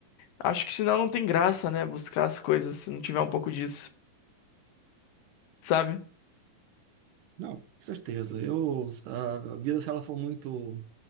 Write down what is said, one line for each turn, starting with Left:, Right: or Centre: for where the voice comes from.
Left: Acho que senão não tem graça, né, buscar as coisas se não tiver um pouco disso, sabe?
Right: Não, com certeza. Eu, a vida, se ela for muito